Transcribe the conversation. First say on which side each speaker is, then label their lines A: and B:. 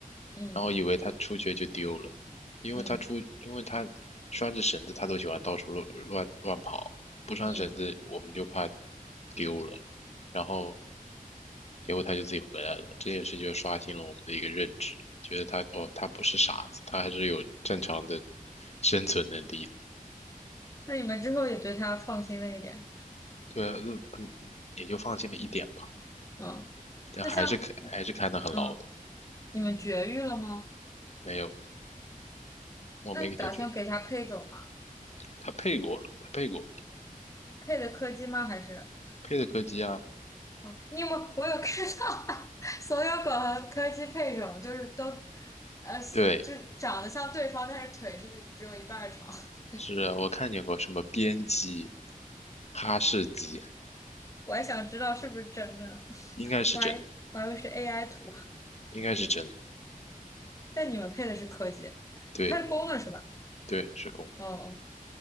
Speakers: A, on the left (about 20°); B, on the left (about 50°).
A: 嗯
B: 然后以为他出去就丢了，因为他出，
A: 嗯
B: 因为他拴着绳子，他都喜欢到处乱乱乱跑，不拴绳子我们就怕
A: 嗯，
B: 丢了，然后结果他就自己回来了，这件事就刷新了我们的一个认知，觉得他哦，他不是傻子，他还是有正常的生存能力的，
A: 那你们之后也对它放心了一点。
B: 对啊，那嗯嗯，也就放心了一点吧，
A: 嗯，
B: 但还是看还是看得很牢的，
A: 那像嗯，你们绝育了吗？
B: 没有，我没给它卷。
A: 那打算给它配种吗？
B: 他配过了，他配过，
A: 配的柯基吗？还是？
B: 配的柯基啊，
A: 哦，你有没有？我有看到 <laughs> 所有狗和柯基配种，就是都，呃，
B: 对，
A: 就是长得像对方，但是腿是只有一半儿长。<laughs>
B: 是啊我看见过什么边鸡、哈士奇，
A: 我还想知道是不是真的呢 <laughs>
B: 应该是真，
A: 我还我还以为是 AI 图。
B: 应该是真，
A: <laughs> 但你们配的是柯基，
B: 对
A: 它是公的是吧？
B: 对，是公，
A: 哦，